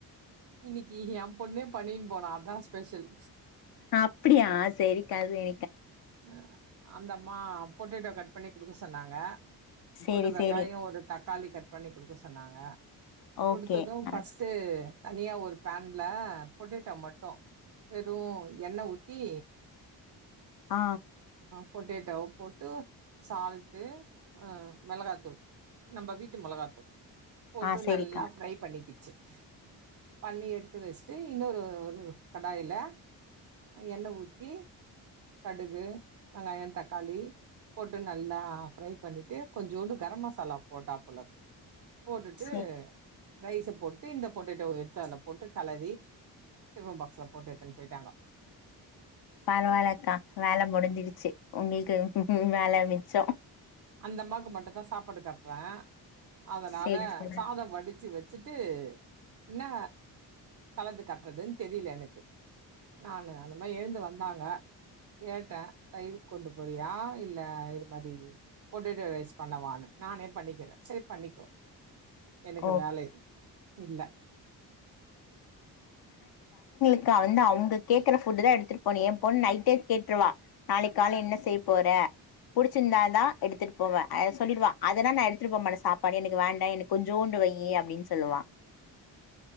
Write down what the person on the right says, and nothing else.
இன்னிக்கு ஏ பொண்ணே பண்ணின்னு போனா அதா ஸ்பெஷல்
அ அந்த மா பொட்டேட்டோ கட் பண்ணி குடுக்க சொன்னாங்க
ஒரு வெங்காயம்
ஒரு தக்காளி கட் பண்ணி குடுக்க சொன்னாங்க
குடுத்ததும்
ஃபர்ஸ்ட்டு தனியா ஒரு பேன்ல பொட்டேட்டோ மட்டு வெறு எண்ண ஊத்தி
பொட்டேட்டோ போட்டு சால்ட்டு மெளகாத்தூள் நம்ம வீட்டு மெளகாத்தூள் போட்டு
நல்லா ஃப்ரை பண்ணிக்கி <unintelligible> பண்ணி எடுத்து வெஸ்டு இன்னொரு ஒரு கடாயில எண்ணெ ஊத்தி கடுகு வெங்காய தக்காளி போட்டு நல்லா ஃப்ரை பண்ணிட்டு கொஞ்சோண்டு கரம் மசாலா போட்டாப்புலருக்கு போட்டுட்டு
ரைஸ போட்டு இந்த பொட்டேட்டோ எட்த்து அதுல போட்டு கலரி டிபன் பாக்ஸ்ல போட்டு எட்த்துன் போய்ட்டாங்கோ
அந்த அம்மாக்கு மட்டு தா சாப்பாடு கட்றே அதனால
சாதோ வடிச்சு வெ ச்சுட்டு இன்னோ கலந்து கட்றதுன் தெரிலெனக்கு நானு அந்த மாதிரி எழுந்து வந்தாங்க கேட்டே தயிரு கொண்டு போறியா இல்ல இது மாதி பொட்டேட்டோ ரைஸ் பண்ணவானு நானே பண்ணிக்கிறே செர் பண்ணிக்கோ எனக்கு
வேலை இல்ல